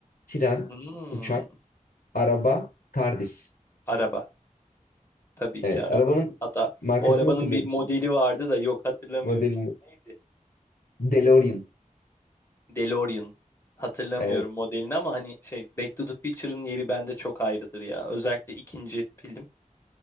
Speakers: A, on the left (about 75°); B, on the left (about 20°).
A: Tren,
B: Hmm,
A: uçak, araba, TARDIS.
B: araba. Tabii
A: Evet,
B: ki araba.
A: arabanın
B: Hatta
A: markasını
B: o arabanın
A: hatırlıyor
B: bir
A: musun?
B: modeli vardı da yok hatırlamıyorum.
A: Modelini.
B: Neydi?
A: DeLorean.
B: DeLorean. Hatırlamıyorum
A: Evet.
B: modelini ama hani şey Back to the Future'ın yeri bende çok ayrıdır ya. Özellikle ikinci film.